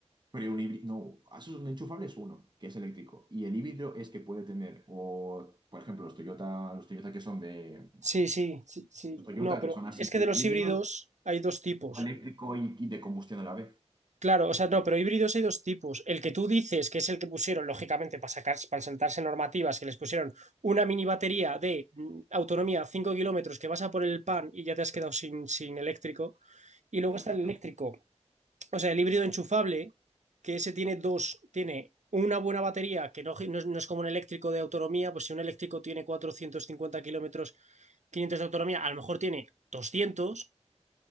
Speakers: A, on the right; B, on the right.
A: Pero un híbrido, no, eso es un enchufable es uno, que es eléctrico. Y el híbrido es que puede tener, o por ejemplo, los Toyota, los Toyota que son de
B: Sí, sí, sí, sí.
A: Toyota,
B: No, pero
A: que son así,
B: es que
A: uno
B: de los
A: híbridos,
B: híbridos hay dos tipos.
A: o eléctrico y y de combustión a la vez,
B: Claro, o sea, no, pero híbridos hay dos tipos. El que tú dices, que es el que pusieron, lógicamente, para sacar, para saltarse normativas, que les pusieron una mini batería de mm, autonomía cinco kilómetros que vas a por el pan y ya te has quedado sin, sin eléctrico. Y luego
A: en
B: está
A: efecto.
B: el eléctrico, o sea, el híbrido enchufable, que ese tiene dos, tiene una buena batería, que no, no es, no es como un eléctrico de autonomía, pues si un eléctrico tiene 450 kilómetros, 500 de autonomía, a lo mejor tiene doscientos